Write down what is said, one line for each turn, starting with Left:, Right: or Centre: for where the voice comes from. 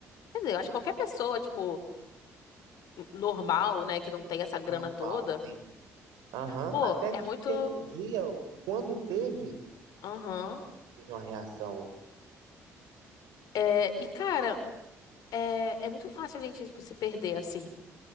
Left: Quer dizer, eu acho que qualquer pessoa, tipo, normal, né, que não tem essa grana
Right: Normal,
Left: toda.
Right: sim. Aham.
Left: Pô,
Right: Até
Left: é
Right: que
Left: muito.
Right: tem um dia, quando teve,
Left: Aham.
Right: teve uma reação.
Left: É, e, cara, é, é muito fácil a gente, tipo, se perder assim.